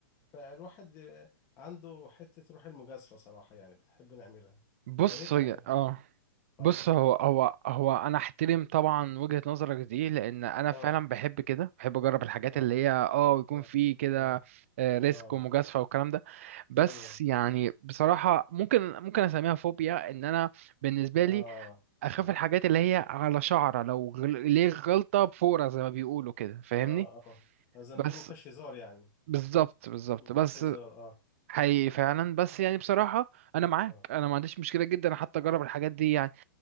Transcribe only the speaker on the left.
فالواحد عنده حتة روح المجازفة صراحة يعني بنحب نعملها
يا ريت
اعملها
يعني اتفضل
اه
اه
اه
اه
اه
ايوه
اه
اه
اه اه آه، زي
ما بيقولوا ما فيهاش هزار يعني
ما فيهاش
هزار اه
اه